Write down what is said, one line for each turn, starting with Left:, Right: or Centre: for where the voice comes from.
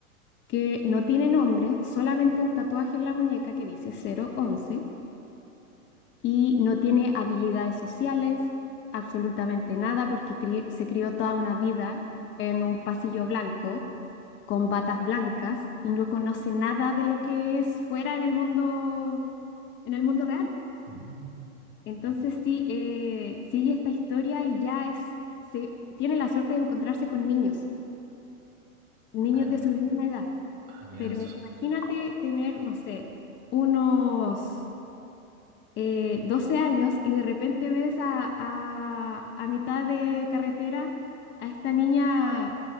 Left: que no tiene nombre, solamente un tatuaje en la muñeca que dice cero once y no tiene habilidades sociales, absolutamente nada, porque cri- se crió toda una vida en un pasillo blanco, con batas blancas y no conoce nada de lo que es fuera en el mundo, en el mundo real.
Right: Mm.
Left: Entonces
Right: ok.
Left: sí, eh, sigue esta historia y ya es, se, tiene la suerte de encontrarse con niños, niños
Right: Ah,
Left: de su misma edad.
Right: ah, mira,
Left: Pero
Right: eso.
Left: imagínate tener, no sé, unos eh, 12 años y de repente ves a, a, a mitad de carretera a esta niña